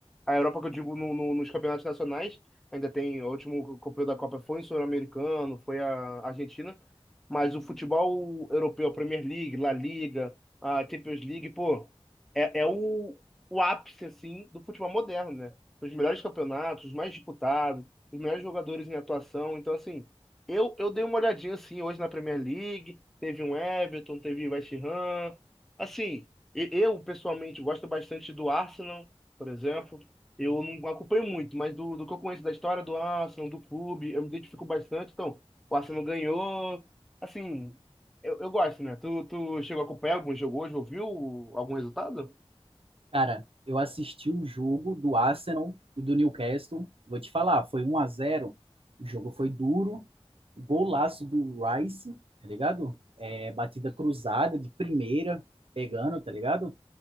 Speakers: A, in the centre; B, on the right.
A: a Europa que eu digo no- no- nos campeonatos nacionais, ainda tem, o último campeão da Copa foi em Sul-Americano, foi a Argentina. Mas o futebol europeu, a Premier League, La Liga, a Champions League, pô, é, é o, o ápice, assim, do futebol moderno, né? São Os melhores campeonatos, os mais disputados, os melhores jogadores em atuação. Então, assim, eu, eu dei uma olhadinha, assim, hoje na Premier League, teve um Everton, teve West Ham. Assim, e- eu, pessoalmente, gosto bastante do Arsenal, por exemplo. Eu não acompanho muito, mas do, do que eu conheço da história do Arsenal, do clube, eu me identifico bastante. Então, o Arsenal ganhou, Assim, eu, eu gosto, né? Tu, tu chegou a acompanhar algum jogo hoje? Ouviu algum resultado?
B: Cara, eu assisti o jogo do Arsenal e do Newcastle. Vou te falar, foi 1 a 0. O jogo foi duro. Golaço do Rice, tá ligado? É, batida cruzada de primeira, pegando, tá ligado?